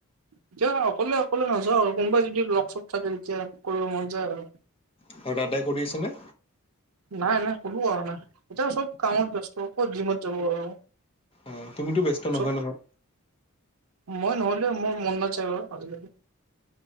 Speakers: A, on the right; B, on the left.
A: এতিয়া অকলে - অকলে নাযাওঁ আৰু কোনোবাই যদি লগ চগ থাকে তেতিয়া কৰিব মন যায় আৰু।
B: আৰু দাদাই কৰি আছেনে?
A: নাই - নাই কোনো অহা নাই। এতিয়া চব কামত ব্যস্ত কত জিমত যাব আৰু।
B: অ', তুমিতো ব্যস্ত নহয়
A: চব
B: - নহয়।
A: মই নহলেওঁ মোৰ মন নাযায় অ আজিকালি।